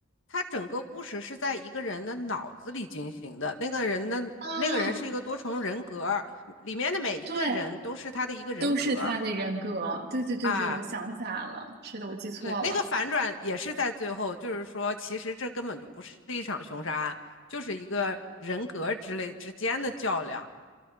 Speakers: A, on the left (about 60°); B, on the right (about 50°).
A: 他整个故事是在一个人的脑子里进行的。那个人的那个人是一个多重人格里面的每一个人都是他的一个人格
B: 啊，对，都是他的人格。对对对对，
A: 啊。
B: 我想起来了，是的，我记错了，
A: 对，那个反转也是在最后，就是说，其实这根本就不是一场凶杀案，就是一个人格之类之间的较量。